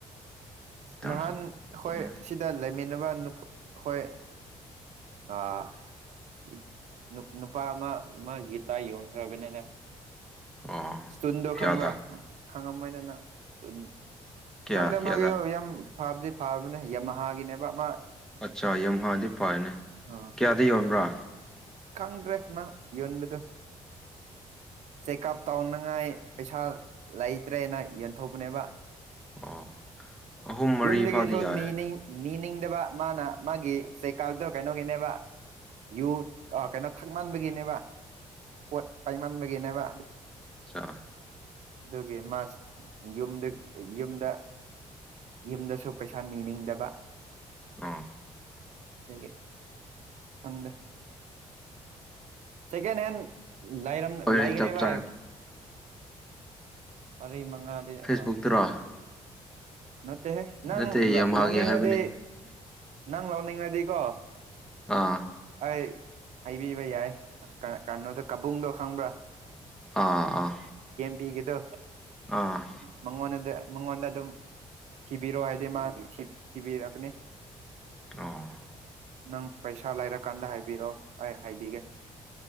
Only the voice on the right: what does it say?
ꯅꯍꯥꯟ
ꯍꯈꯣꯏ ꯑꯁꯤꯗ ꯂꯩꯃꯤꯟꯅꯕ ꯅꯨꯞ ꯍꯣꯏ ꯑꯥ ꯏꯄ ꯅꯨ ꯅꯨꯄꯥ ꯑꯃ ꯃꯥ ꯒꯤꯇꯥ ꯌꯣꯟꯈ꯭ꯔꯕꯅꯦꯅ
ꯁꯇꯨꯟꯗꯣ
ꯈꯪꯕ꯭ꯔꯥ ꯈꯪꯉꯝꯃꯣꯏꯅꯦꯅ ꯎꯟ
ꯈꯪꯗꯦ
ꯃꯥ ꯌꯥꯝ ꯐꯕꯗꯤ ꯐꯥꯕꯅꯦ ꯌꯥꯝꯍꯥꯥꯒꯤꯅꯦꯕ ꯃ
ꯑ
ꯈꯪꯗ꯭ꯔꯦ ꯃꯥ ꯌꯣꯟꯕꯗꯨ ꯆꯦꯛꯀꯞ ꯇꯧꯅꯉꯥꯏ ꯄꯩꯁꯥ ꯂꯩꯇ꯭ꯔꯦꯅ ꯌꯦꯟꯊꯣꯛꯄꯅꯦꯕ
ꯌꯨꯝꯗꯒꯤꯁꯨ
ꯅꯤꯅꯤꯡ ꯅꯤꯅꯤꯡꯗꯕ ꯃꯥꯅ ꯃꯥꯒꯤ ꯆꯦꯀꯥꯜꯗꯣ ꯀꯩꯅꯣꯒꯤꯅꯦꯕ ꯌꯨ ꯑ ꯀꯩꯅꯣ ꯊꯛꯃꯟꯕꯒꯤꯅꯦꯕ ꯄꯣꯠ ꯄꯥꯏꯃꯟꯕꯒꯤꯅꯦꯕ
ꯑꯗꯨꯒꯤ ꯃꯥꯁ ꯌꯨꯝꯗ ꯌꯨꯝꯗ ꯌꯨꯝꯗꯁꯨ ꯄꯩꯁꯥ ꯅꯤꯅꯤꯡꯗꯕ
ꯗꯨꯒꯤ ꯈꯪꯗꯦ ꯁꯦꯀꯦꯟ ꯍꯦꯟ ꯂꯩꯔꯝ
ꯂꯥꯢꯒꯅꯤ
ꯚꯥꯏ
ꯃꯔꯤ ꯃꯉꯥꯗꯤ
ꯍꯣ ꯀ ꯅꯠꯇꯦꯍꯦ ꯅꯪ
ꯂ
ꯂꯧꯅꯤꯡꯉꯗꯤ
ꯅꯪ ꯂꯧꯅꯤꯡꯉꯗꯤꯀꯣ
ꯑꯩ ꯍꯩꯕꯤꯕ ꯌꯥꯏ ꯀ ꯀꯅꯣꯗꯣ ꯀꯕꯨꯡꯗꯣ ꯈꯪꯕ꯭ꯔꯥ
ꯕꯤꯒꯤꯗꯣ
ꯃꯉꯣꯟꯅꯗ ꯃꯉꯣꯟꯗ ꯑꯗꯨꯝ ꯊꯤꯕꯤꯔꯣ ꯍꯥꯏꯗꯤ ꯃꯥ ꯊꯤ ꯊꯤꯕꯤꯔꯛꯀꯅꯤ
ꯅꯪ ꯄꯩꯁꯥ ꯂꯩꯔꯀꯥꯟꯗ ꯍꯥꯏꯕꯤꯔꯣ ꯑꯩ ꯍꯥꯏꯕꯤꯒꯦ